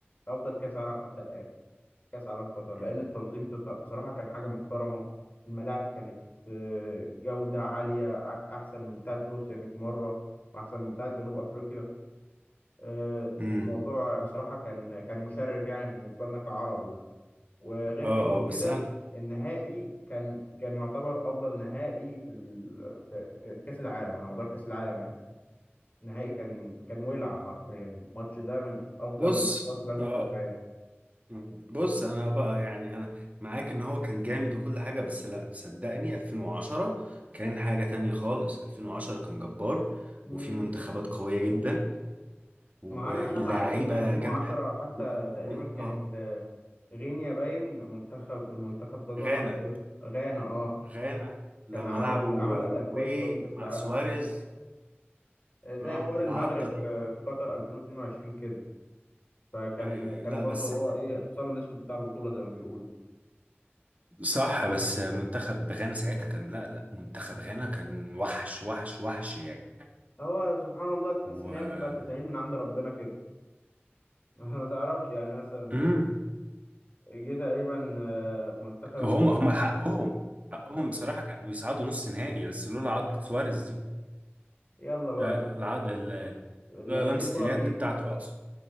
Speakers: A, on the left; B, on the right.
A: افضل كاس عالم حتى الان كاس عالم قطر
B: مم.
A: لان التنظيم بط- بصراحه كان حاجه محترمه الملاعب كانت آه، جوده عاليه ع- احسن من بتاعه روسيا 100 مره واحسن من بتاعه جنوب افريقيا آه،
B: امم
A: الموضوع بصراحة كان كان مشرف يعني بالنسبة لنا كعرب يعني وغير
B: اه
A: كده وكده
B: اه بس انا
A: النهائي كان كان يعتبر أفضل نهائي في ال... في في كأس العالم على مدار كأس العالم يعني النهائي كان كان ولع حرفيا الماتش ده من أفضل
B: بص
A: الماتشات اللي أنا شفتها
B: اه
A: في حياتي
B: مم. بص انا بقى يعني انا معاك ان هو كان جامد وكل حاجه بس لا صدقني 2010 كان حاجه تانية خالص 2010 كان جبار
A: امم
B: وفي منتخبات قويه جدا واللعيبه
A: ما أنا أنا معاك إن 2010
B: جامده
A: حتى
B: و...
A: تقريبا
B: وال...
A: كانت
B: اه
A: آه، غينيا باين منتخب المنتخب ده ظهر
B: غانا
A: تقريبا غانا اه
B: غانا لما
A: كان عمل
B: لعبوا
A: عمل
B: اوروجواي
A: أداء كويس أوي في كأس
B: مع
A: العالم
B: سواريز
A: زي
B: اه
A: حوار المغرب
B: العضه دي
A: آه، في قطر 2022 كده فكان
B: ايوه ايوه
A: كان
B: لا
A: برضه
B: بس
A: هو ايه الحصان الاسود بتاع البطوله زي ما بيقول
B: صح بس منتخب غانا ساعتها كان لا لا منتخب غانا كان وحش وحش وحش يعني
A: هو سبحان الله تحس
B: و
A: ان هي بتبقى تساهيل من عند ربنا كده <laughs> ما تعرفش يعني مثلا
B: امم
A: جه تقريبا آه، منتخب
B: هم
A: ال-
B: هم حقهم حقهم
A: آه،
B: بصراحة كانوا يصعدوا نص نهائي بس لولا عضة سواريز دي
A: يلا بقى
B: آه العض ال- ال-
A: لما
B: لولا لمسة
A: شال الكره
B: اليد
A: بايده
B: بتاعته اقصد